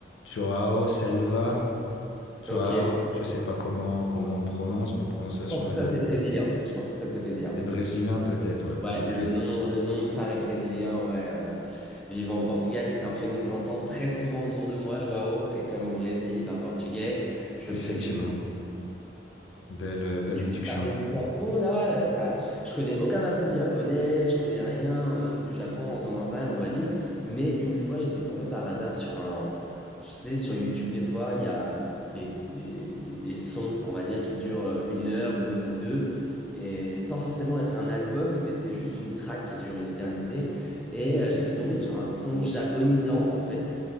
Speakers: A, on the left; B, in the centre.
A: Joao Selva. Joao,
B: Ok. Je
A: je sais pas comment, comment on le prononce, ma prononciation
B: pense que ça
A: est...
B: c'est brésilien. Je pense que ça c'est brésilien.
A: C'est brésilien peut-être, ouais.
B: Ouais,
A: Ok,
B: le nom, le nom me paraît brésilien, ouais. euh, vivant au Portugal, c'est un prénom que j'entends très souvent autour de moi, Joao, et comme au Brésil, il parle portugais, je
A: effectivement.
B: présume. que
A: Belle, euh, belle déduction.
B: tu parlais du Japon, là, euh, ça, je connais aucun artiste japonais, je connais rien, même du Japon en temps normal, on va dire. Mais une fois, j'étais tombé par hasard sur un, tu sais, sur YouTube, des fois, il y a des, des, des- des sons, on va dire, qui durent euh, une heure ou même deux, et sans forcément être un album, mais c'est juste une track qui dure une éternité. Et euh, j'étais tombé sur un son japonisant, en fait.